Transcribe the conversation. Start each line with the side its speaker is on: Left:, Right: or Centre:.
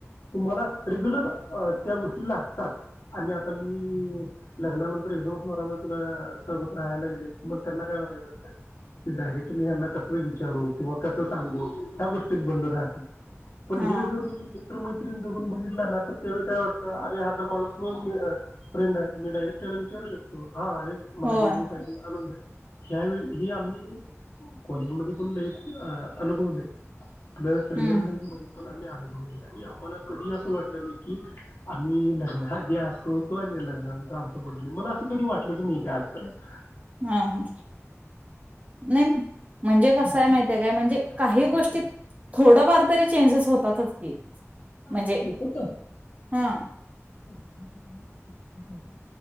Left: तुम्हाला रेग्युलर अ त्या गोष्टी लागतात आणि आता मी लग्नानंतर एकदमच नवरा बायकोला सोबत राहायला गेले मग त्यांना काय वाटायचं अस डायरेक्ट मी ह्याना कसं विचारू किंवा कसं सांगू ह्या गोष्टीत बंद राहते. पण
Right: हा
Left: हे जर तुम्ही मित्र मै क्रिन जघून बघितला ना तर त्यावेळी काय वाटतं अरे हा तर माझा क्लोज मी फ्रेंडय मी डायरेक्ट त्याला विचारू शकतो. हा आहे मला
Right: होय
Left: हे, हे पहिजे अनून द्या. ह्यावेळी हे आम्ही कॉलेजमध्ये पण लइ अनुभवलय. प्लस रिअल
Right: हम्म
Left: लाईफ मध्ये पण आम्ही आम्हाला कधी असं वाटलं नाय की आम्ही लग् असं होतो आणि लग्नानंतर आमंच बदल मला असं कधी वाटलंच नाय की आजपर्यंत.
Right: हा, हा नाय म्हणजे कसय
Left: वेळ
Right: माहितय
Left: सारखे
Right: काय म्हणजे
Left: असतात
Right: काही गोष्टी
Left: असं
Right: थोडफार तरी चेंजेस होत त्यातच की
Left: हा
Right: म्हणजे
Left: ओपोत
Right: हा
Left: <inaudible>